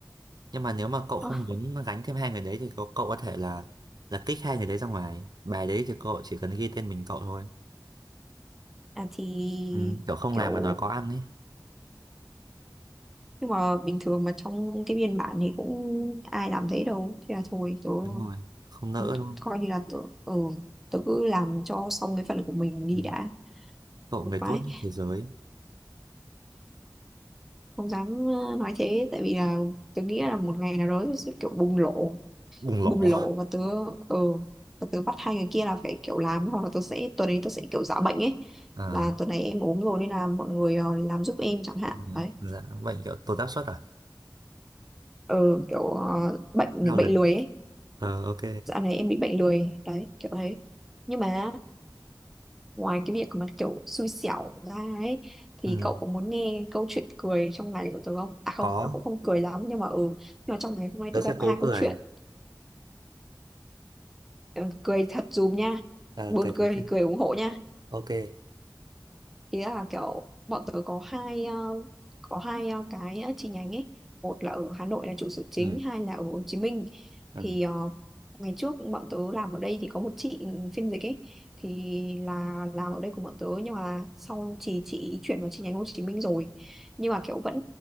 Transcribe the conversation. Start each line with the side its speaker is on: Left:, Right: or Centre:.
Right: nhưng mà nếu mà cậu không
Centre: Ờ,
Right: muốn gánh thêm hai người đấy thì cậu, cậu có thể là là kích hai người đấy ra ngoài bài đấy thì cậu chỉ cần ghi tên mình cậu thôi
Centre: À, thì
Right: ừ, kiểu không
Centre: kiểu
Right: làm mà đòi có ăn ấy
Centre: nhưng mà bình thường mà trong cái biên bản thì cũng ai làm thế đâu. Thế là thôi tớ,
Right: đúng rồi không nỡ
Centre: tớ
Right: đúng không
Centre: coi như là tớ ừ, tớ cứ làm cho xong cái phần của mình đi
Right: ừ.
Centre: đã.
Right: cậu
Centre: Một
Right: người
Centre: cái
Right: tốt nhất thế giới
Centre: không dám ờ, nói thế tại vì là tớ nghĩ là một ngày nào đó tớ sẽ kiểu bùng lộ
Right: bùng
Centre: bùng
Right: lộ
Centre: lộ và tớ ờ và tớ bắt hai người kia là phải kiểu làm hoặc là tớ sẽ tuần ấy tớ sẽ kiểu giả bệnh ấy
Right: à,
Centre: là tuần này em ốm rồi nên là mọi người ờ, làm giúp em chẳng hạn
Right: ừ,
Centre: đấy
Right: dạ bệnh kiểu tụt áp suất à
Centre: ờ kiểu ờ, bệnh
Right: lao
Centre: bệnh
Right: lực
Centre: lười ấy
Right: ờ ok
Centre: dạo này em bị bệnh lười đấy kiểu thế nhưng mà Ngoài cái việc mà kiểu xui xẻo ra ấy thì
Right: ừ,
Centre: cậu có muốn nghe câu chuyện cười trong ngày của tớ không? À không,
Right: có
Centre: nó cũng không cười lắm nhưng mà ừ, nhưng mà trong ngày hôm nay
Right: tớ
Centre: tớ
Right: sẽ
Centre: gặp
Right: cố
Centre: hai câu
Right: cười
Centre: chuyện Ừ, cười thật dùm nha.
Right: Ờ,
Centre: Buồn
Right: cười
Centre: cười
Right: thật đấy
Centre: thì cười ủng hộ nha.
Right: ok
Centre: ý là kiểu bọn tớ có hai ờ, có hai ờ, cái ờ, chi nhánh ấy một là ở Hà Nội là trụ sở chính
Right: ừ,
Centre: hai là ở Hồ Chí Minh
Right: ừ,
Centre: thì ờ, ngày trước bọn tớ làm ở đây thì có một chị phiên dịch ấy thì là làm ở đây cùng bọn tớ nhưng mà sau chị chị chuyển vào chi nhánh Hồ Chí Minh rồi nhưng mà kiểu vẫn